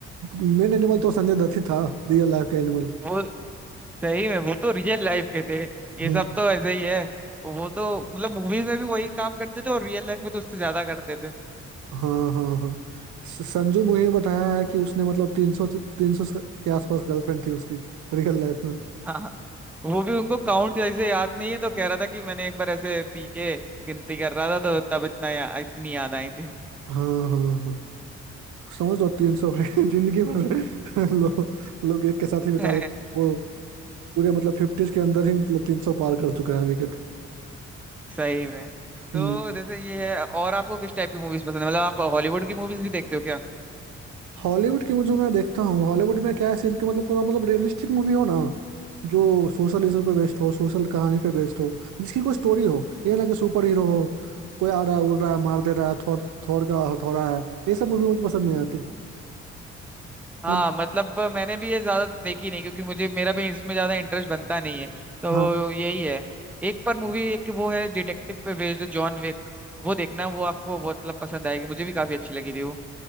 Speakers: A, on the right; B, in the centre.
A: मेन एनिमल तो संजय दत्त ही था रियल लाइफ का एनिमल
B: वो सही में वो तो रियल लाइफ के थे ये
A: हम्म
B: सब तो ऐसे ही है वो तो मतलब मूवीज में भी वही काम करते थे और रियल लाइफ में तो उससे ज्यादा करते थे
A: हाँ हाँ हाँ स- संजू मूवी में बताया है कि उसने मतलब तीन सौ तीन सौ के आसपास गर्लफ्रेंड थी उसकी रियल लाइफ में
B: हाँ हाँ, वो भी उनको काउंट जैसे याद नहीं है तो कह रहा था कि मैंने एक बार ऐसे पी के गिनती कर रहा था तो तब इतना या, इतनी याद आई
A: हाँ हाँ हाँ समझ लो तीन सौ भाई <laughs> जिंदगी भर <laughs> लोग लोग एक के साथ ही बिता
B: थी <laughs>
A: लेते हैं। वो पूरे मतलब फिफ्टीज के अंदर ही मतलब तीन सौ पार कर चुका है विकेट
B: सही में तो
A: हम्म
B: जैसे ये है और आपको किस टाइप की मूवीज पसंद है मतलब आप हॉलीवुड की मूवीज भी देखते हो क्या
A: हॉलीवुड की मुझे मैं देखता हूँ हॉलीवुड में क्या है सीन कि मतलब थोड़ा मतलब रियलिस्टिक मूवी हो ना जो सोशल इशू पे बेस्ड हो सोशल कहानी पे बेस्ड हो जिसकी कोई स्टोरी हो ये ना कि सुपर हीरो हो कोई आ रहा है उड़ रहा है मार दे रहा है थॉर थॉर का हथौड़ा है ये सब मूवी मुझे पसंद नहीं आती
B: हाँ
A: बट
B: मतलब मैंने भी ये ज्यादा देखी नहीं क्योंकि मुझे मेरा भी इसमें ज्यादा इंटरेस्ट बनता नहीं है तो
A: हाँ
B: यही है एक पर मूवी एक वो है डिटेक्टिव पे बेस्ड जॉन विक वो देखना वो आपको बहुत मतलब पसंद आएगी मुझे भी काफी अच्छी लगी थी वो